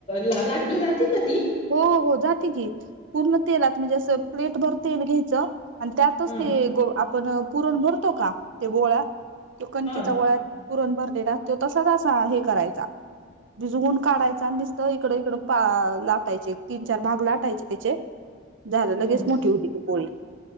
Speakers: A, on the left; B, on the right.
A: ला लाटली जाती का ती?
B: होवहो जाती की. पुर्ण तेलात म्हणजे असं प्लेटभर तेल घ्यायचं अन त्यातच
A: हा
B: ते गो आप पण पुरण भरतो का ते गोळा त्यो कणकेचा
A: हा
B: गोळ्यात पुरण भर ते राहत्यो तसाच असा हे कराय चा भीजवून काढायचा अन् निसत ईकड-ईकडुन पा ला <unintelligible> एक तिन चार भाग लाटायचे त्याचे. झालं लगेच
A: हम्म.
B: मोठी होती ती पोळी.